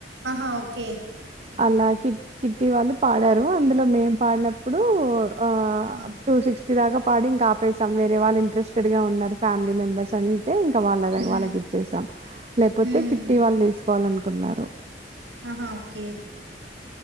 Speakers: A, on the right (about 80°); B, on the right (about 35°).
A: ఆహా ఓకే
B: అలా కిట్ కిట్టి వాళ్ళు పాడారు అందులో మేం పాడిన ఇప్పుడు ఆ
A: ఆ!
B: టూ సిక్స్టీ దాకా పాడి ఇంకా ఆపేసాం వేరే వాళ్ళ ఇంట్రస్టెడ్ గా ఉన్నారు ఫ్యామిలీ మెంబెర్స్ అని ఇంకా వాళ్ళ
A: హ్మ్
B: వాళ్ళకి ఇచ్చేసాం లేపోతే
A: హ్మ్
B: కిట్టి వాళ్ళ తీసుకోవాలన కున్నారు
A: ఆహా ఓకే